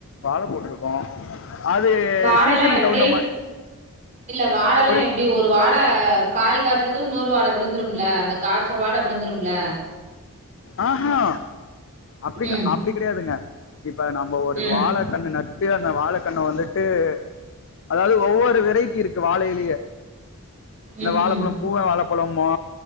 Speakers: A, on the left; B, on the right.
A: வாழ போட்ருக் க்கோ அது
B: வாழல்லா
A: சீசனுக்கு
B: எப்டி
A: தகுந்த மாரி
B: இல்ல வாழல்லா
A: புரில
B: எப்டி ஒரு வாழ காய் காய்ச்சது இன்னொரு வாழ விழுந்துரும்ல அந்த காய்ச்ச வாழ விழுந்துரும்ல
A: ஆ ஹா அப்டிக்கா
B: ம்
A: அப்டி கெடையாதுங்க இப்ப நம்ம ஒரு
B: ம்
A: வாழ கண்ணு நட் சீல அந்த வாழக்கண்ண வந்துட்டு அதாவது ஒவ்வொரு வெரைட்டி இருக்கு வாழையிலேயே இந்த
B: ம்
A: வாழப்பழம்
B: ம்
A: பூவ வாழப்பழமோ